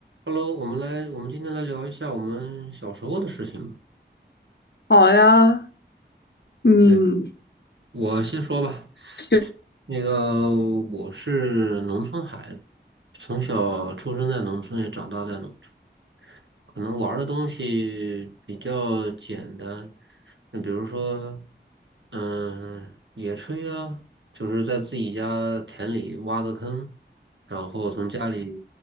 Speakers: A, on the right; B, on the left.
A: Hello，我们来，我们今天来聊一下我们小时候的事情吧。
B: 好呀，嗯，
A: 对，我先说吧。
B: 行，
A: 那个，我是农村孩子，从小出生在农村，也长大在农村，可能玩儿的东西比较简单。那比如说，嗯，野炊啊，就是在自己家田里挖个坑，然后从家里